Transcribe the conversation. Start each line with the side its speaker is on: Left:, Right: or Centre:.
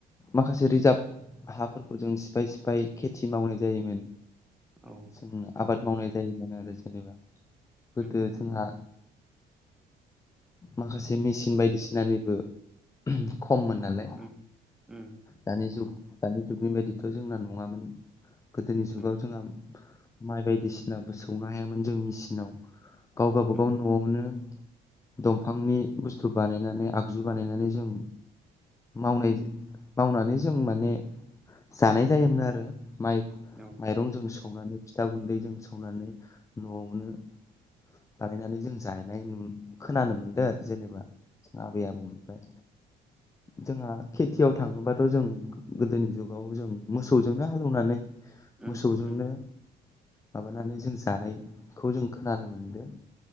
Left: माखासे रिजार्भ हाफोरखौ जों सिफाय सिफाय खेथि मावनाय जायोमोन।
Centre: औ।
Left: जों आबाद मावनाय जायोमोन आरो जेनेबा गोदो
Centre: उम
Left: जोंहा। माखासे मेसिन बायदिसिनानिबो खममोन नालाय
Centre: उम उम
Left: दानि जुग दानि जुग बेबायदिथ' जोंना नङामोन गोदोनि जुगाव
Centre: उम
Left: जोंहा माइ बायदिसिनाबो सौनो हायामोन जों मेसिनाव गाव गबागाव
Centre: उम
Left: न'आवनो दंफांनि बुस्थु बानायनानै आगजु बानायनानै जों मावनाय मावनानै जों माने जानाय जायोमोन आरो माइ
Centre: औ।
Left: माइरंजों सौनानै फिथा गुन्दैजों सौनानै न'आवनो बानायनानै जों जाहैनाय खोनानो मोनदों आरो जेनेबा जों आबै आबौनिफ्राय जोंहा खेथियाव थाङोबाथ' जों गोदोनि जुग बेयाव जों मोसौजोंनो हालौवनानै
Centre: उम
Left: मोसौजोंनो
Centre: उम
Left: माबानानै जों जानायखौ जों खोनानो मोनदों